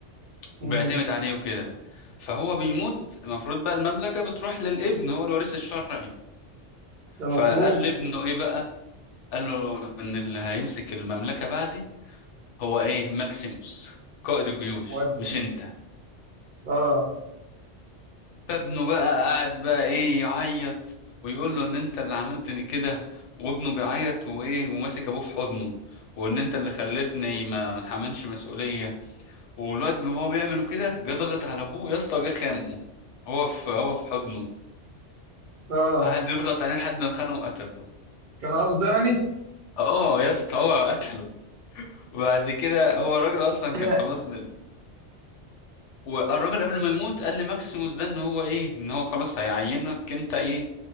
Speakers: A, on the right; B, on the left.
A: امم
B: وبيعتمد عليه وكده فهو بيموت المفروض بقى المملكة بتروح للابن هو الوريث الشرعي
A: ده
B: فقال
A: مفروض
B: لابنه ايه بقى قال له ان اللي هيمسك المملكة بعدي هو ايه ماكسيموس قائد الجيوش
A: ودي
B: مش انت
A: اه
B: فابنه بقى قاعد بقى ايه يعيط ويقول له ان انت اللي عملتني كده وابنه بيعيط وايه وماسك ابوه في حضنه وان انت اللي خلتني ما ما اتحملش مسؤولية والواد وهو بيعمله كده جه ضغط على ابوه يا اسطى جه خانقه هو في هو في حضنه
A: اه
B: قعد يضغط عليه لحد ما خانه وقتله
A: كان قصده يعني
B: اه يا اسطى هو قتله بعد كده هو الراجل اصلا
A: جاح
B: كان خلاص والراجل قبل ما يموت قال لماكسيموس ده ان هو ايه ان هو خلاص هيعينك انت ايه